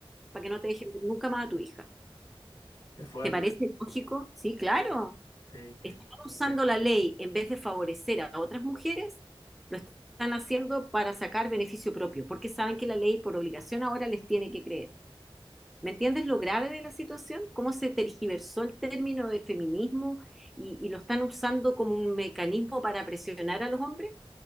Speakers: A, in the centre; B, on the left (about 85°).
A: para que no te dejen ver nunca más a tu hija.
B: Qué fuerte.
A: ¿Te parece lógico? Sí, claro.
B: Sí, qué,
A: Están
B: qué fuerte.
A: usando la ley en vez de favorecer a otras mujeres, lo están haciendo para sacar beneficio propio, porque saben que la ley por obligación ahora les tiene que creer. ¿Me entiendes lo grave de la situación? ¿Cómo se tergiversó el término de feminismo y, y lo están usando como un mecanismo para presionar a los hombres?